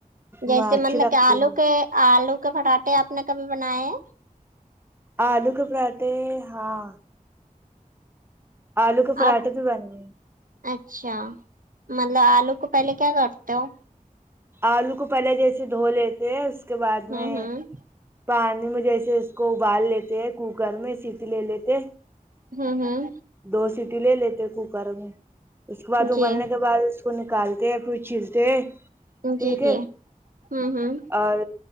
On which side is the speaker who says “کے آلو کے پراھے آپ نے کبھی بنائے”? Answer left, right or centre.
Right